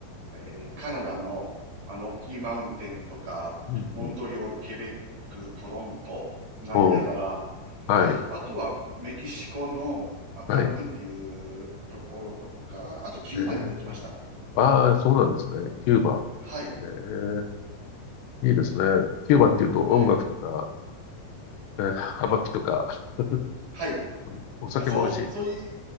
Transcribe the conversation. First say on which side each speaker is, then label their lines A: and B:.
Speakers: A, on the right (about 60°); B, on the left (about 80°).
A: えーカナダのあのロッキーマウンテンとか、
B: うんうん。
A: モントリオール、ケベック、トロント、ナイアガラ、
B: おーはい。
A: あとはメキシコのあカンクンっていうところとか、
B: はい。
A: あとキューバにも行きました。
B: えー、ああ、そうなんですね。キューバ。
A: はい。
B: えー、いいですね。キューバっていうと音楽とか、
A: うんはい。
B: えー、葉巻とか、
A: はい。
B: <laughs> うんお酒も美味しいって。
A: あ、そう、そういう、